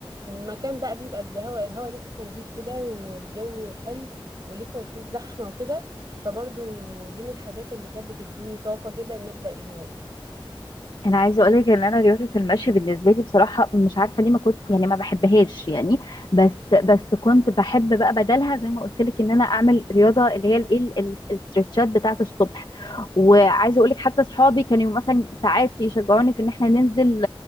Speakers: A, on the right; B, on the left.
A: مكان بقى بيبقى الهواء الهواء لسه نظيف كده والجو حلو ولسه مفيش زحمة وكده فبرضو دي من الحاجات اللي كانت بتديني طاقة كده ان ابدأ اليوم
B: انا عايزه اقولك ان انا رياضه المشي بالنسبه لي بصراحه مش عارفه ليه ما كنت يعني ما بحبهاش يعني بس بس كنت بحب بقى بدلها زي ما قلت لك ان انا اعمل رياضه اللي هي الايه ال- ال- الاسترتشات بتاعه الصبح وعايزه اقولك حتى صحابي كانوا مثلا ساعات يشجعوني في ان احنا ننزل